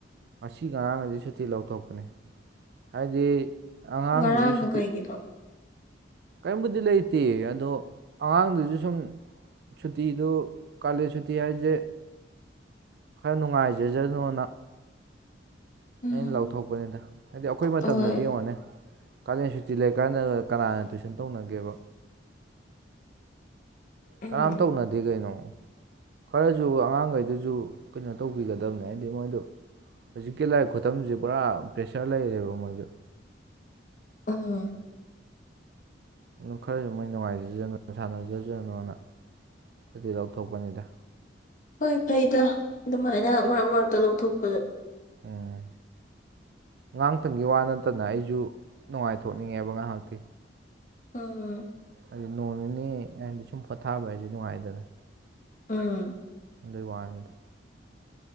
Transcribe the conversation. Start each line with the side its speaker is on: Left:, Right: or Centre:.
Right: ꯉꯁꯤ ꯉꯔꯥꯡꯒꯁꯦ ꯁꯨꯇꯤ ꯂꯧꯊꯣꯛꯄꯅꯦ ꯍꯥꯏꯗꯤ ꯑꯉꯥꯡꯗꯨꯁꯨ
Left: ꯉꯔꯥꯡꯅ
Right: ꯁꯨꯇꯤ
Left: ꯀꯩꯒꯤꯅꯣ
Right: ꯕꯨꯗꯤ ꯂꯩꯇꯦ ꯑꯗꯣ ꯑꯉꯥꯡꯗꯨꯁꯨ ꯁꯨꯝ ꯁꯨꯇꯤꯗꯨ ꯀꯥꯂꯦꯟ ꯁꯨꯇꯤ ꯍꯥꯏꯁꯦ ꯈꯔ ꯅꯨꯡꯉꯥꯏꯖꯖꯅꯣꯅ
Left: ꯎꯝ
Right: ꯑꯩꯅ ꯂꯥꯎꯊꯣꯛꯄꯅꯦꯗ ꯍꯥꯏꯗꯤ ꯑꯩꯈꯣꯏ ꯃꯇꯝꯗꯗꯤ
Left: ꯍꯣꯏ
Right: ꯌꯦꯡꯉꯣꯅꯦ ꯀꯂꯦꯟ ꯁꯨꯇꯤ ꯂꯩ ꯀꯥꯟꯅ ꯀꯅꯥꯅ ꯇꯨꯏꯁꯟ ꯇꯧꯅꯒꯦꯕ
Left: ꯎꯝ
Right: ꯀꯅꯝ ꯇꯧꯅꯗꯦ ꯀꯩꯅꯣ ꯈꯔꯁꯨ ꯑꯉꯥꯡꯈꯩꯗꯨꯁꯨ ꯀꯩꯅꯣ ꯇꯧꯕꯤꯒꯗꯕꯅꯦ ꯍꯥꯏꯗꯤ ꯃꯣꯏꯗꯨ ꯍꯧꯖꯤꯛꯀꯤ ꯂꯥꯏꯔꯤꯛ ꯈꯨꯇꯝꯁꯦ ꯄꯨꯔꯥ ꯄ꯭ꯔꯦꯁꯔ ꯂꯩꯔꯦꯕ ꯃꯣꯏꯁꯨ
Left: ꯎꯝ
Right: ꯑꯗꯨꯝ ꯈꯔꯁꯨ ꯃꯣꯏ ꯅꯨꯡꯉꯥꯏꯖꯖꯅꯨ ꯁꯥꯟꯅꯖꯖꯅꯨꯅ ꯁꯨꯇꯤ ꯂꯧꯊꯣꯛꯄꯅꯤꯗ
Left: ꯍꯣꯏ ꯐꯩꯗ ꯑꯗꯨꯃꯥꯏꯅ ꯃꯔꯛ ꯃꯔꯛꯇ ꯂꯧꯊꯣꯛꯄ
Right: ꯎꯝ ꯑꯉꯥꯡꯇꯪꯒꯤ ꯋꯥ ꯅꯠꯇꯅ ꯑꯩꯁꯨ ꯅꯨꯡꯉꯥꯏꯊꯣꯛꯅꯤꯡꯉꯦꯕ ꯉꯥꯏꯍꯥꯛꯇꯤ
Left: ꯎꯝ
Right: ꯍꯥꯏꯗꯤ ꯅꯣꯡ ꯅꯤꯅꯤ ꯍꯥꯏꯗꯤ ꯁꯨꯝ ꯄꯣꯊꯥꯕ ꯍꯥꯏꯁꯦ ꯅꯨꯡꯉꯥꯏꯗꯅ
Left: ꯎꯝ
Right: ꯑꯗꯨꯢ ꯋꯥꯅꯤꯗ